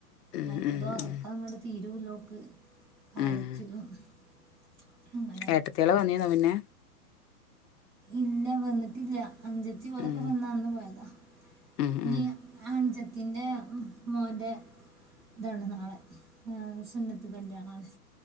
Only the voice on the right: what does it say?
മറ്റേത്
ഉറക്ക
അങ്ങട് തീരുല്ലോക്ക് കരചിലും.
<unintelligible>
ഇല്ല. വന്നിട്ടില്ല, അഞ്ചത്തി ഓലൊക്ക
വന്നാന്ന് പോയതാ.
ഈ അഞ്ചത്തിന്റെ മോന്റെ ഇതാണ് നാളെ, സുന്നത്ത് കല്യാണം ആണ്.